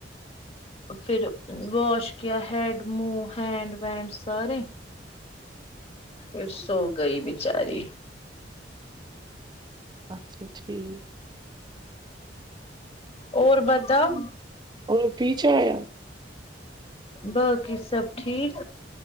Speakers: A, on the left; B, on the right.
A: پھر واش کیا ہیڈ منہ ہینڈ وینڈ سارے پھر سو گئی بچاری
B: اچھا ٹھیک
A: اور بتاو
B: اور پیچھے آیا
A: باقی سب ٹھیک